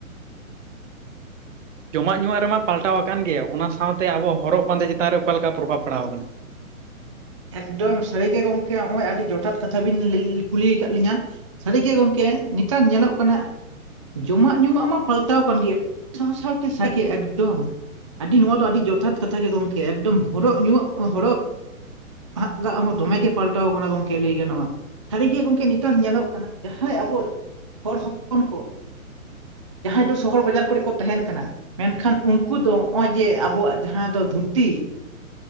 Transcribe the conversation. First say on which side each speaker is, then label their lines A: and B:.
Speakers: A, on the right (about 25°); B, on the right (about 60°).
A: <inaudible>
B: ᱡᱚᱢᱟᱜ ᱧᱩᱣᱟᱜ ᱨᱮᱢᱟ ᱯᱟᱞᱴᱟᱣ ᱟᱠᱟᱱ ᱜᱮᱭᱟ ᱚᱱᱟ ᱥᱟᱶᱛᱮ ᱟᱵᱚ ᱦᱚᱨᱚᱜ ᱵᱟᱸᱫᱮ ᱪᱮᱛᱟᱱ ᱨᱮ ᱚᱠᱟ ᱞᱮᱠᱟ ᱯᱨᱚᱵᱷᱟᱵᱽ ᱯᱚᱲᱟᱣ ᱟᱠᱟᱱᱟ
A: ᱮᱠᱫᱚᱢ ᱥᱟᱹᱨᱤ ᱜᱮ ᱜᱚᱝᱠᱮ ᱱᱚᱜ ᱚᱭ ᱟᱹᱰᱤ ᱡᱚᱴᱷᱟᱛ ᱠᱟᱛᱷᱟ ᱵᱤᱱ ᱠᱩᱞᱤ ᱟᱠᱟᱫ ᱞᱤᱧᱟᱹ ᱥᱟᱹᱨᱤ ᱜᱮ ᱜᱚᱢᱠᱮ ᱱᱮᱛᱟᱨ ᱧᱮᱞᱚᱜ ᱠᱟᱱᱟ ᱡᱚᱢᱟᱜ ᱧᱩᱣᱟᱜ ᱢᱟ ᱯᱟᱞᱴᱟᱣ ᱠᱟᱱ ᱜᱮᱭᱟ ᱥᱟᱶ ᱥᱟᱶᱛᱮ ᱥᱟᱹᱨᱜᱮ ᱮᱠᱫᱚᱢ ᱟᱹᱰᱤ ᱱᱚᱣᱟ ᱫᱚ ᱟᱹᱰᱤ ᱡᱚᱛᱷᱟᱛ ᱠᱟᱛᱷᱟ ᱜᱮ ᱜᱚᱢᱠᱮ ᱮᱠᱫᱚᱢ ᱦᱚᱨᱚᱜ ᱧᱩᱣᱟᱜ ᱦᱚᱨᱚᱜ ᱦᱟᱜ ᱪᱮᱫᱟᱜ ᱫᱚᱢᱮ ᱜᱮ ᱯᱟᱞᱴᱟᱣ ᱠᱟᱱᱟ ᱚᱱᱟ ᱜᱚᱝᱠᱮ ᱞᱟᱹᱭ ᱜᱟᱱᱚ-ᱟ ᱥᱟᱹᱨᱤ ᱜᱮ ᱜᱚᱢᱠᱮ ᱱᱮᱛᱟᱨ ᱧᱮᱞᱚᱜ ᱠᱟᱱᱟ ᱡᱟᱦᱟᱸᱭ ᱟᱵᱚ ᱦᱚᱲ ᱦᱚᱯᱚᱱ ᱠᱚ ᱡᱟᱦᱟᱸᱭ ᱫᱚ ᱥᱚᱦᱚᱨ ᱵᱟᱡᱟᱨ ᱠᱚᱨᱮ ᱠᱚ ᱛᱟᱦᱮᱱ ᱠᱟᱱᱟ ᱢᱮᱱᱠᱷᱟᱱ ᱩᱱᱠᱩ ᱫᱚ ᱱᱚᱜ-ᱚᱭ ᱡᱮ ᱟᱵᱚᱣᱟᱜ ᱡᱟᱦᱟᱸ ᱫᱚ ᱫᱷᱩᱛᱤ